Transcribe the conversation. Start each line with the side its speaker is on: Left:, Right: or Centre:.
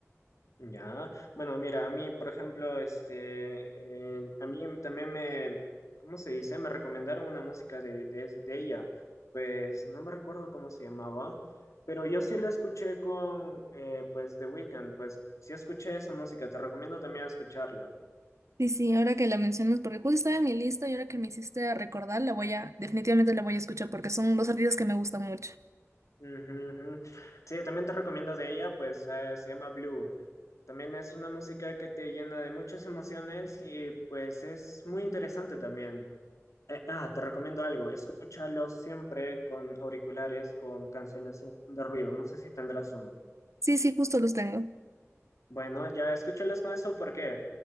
Left: Ya, bueno, mira, a mí, por ejemplo, este, eh, a mí también me, ¿cómo se dice? Me recomendaron una música de, de, de ella, pues no me recuerdo cómo se llamaba, pero yo sí la escuché con, eh, pues, The Weeknd, pues sí escuché esa música, te recomiendo también escucharla.
Right: Sí, sí, ahora que la mencionas, porque justo estaba en mi lista y ahora que me hiciste recordar, la voy a, definitivamente la voy a escuchar porque son dos artistas que me gustan mucho.
Left: Ujú, ujú. Sí, también te recomiendo de ella, pues eh, se llama Blue. También es una música que te llena de muchas emociones y pues es muy interesante también. Eh, ah, te recomiendo algo. Escúchalo siempre con auriculares, con cancelación de ruido. No sé si tendrás uno.
Right: Sí, sí, justo los tengo.
Left: Bueno, ya escúchalos con eso. ¿Por qué?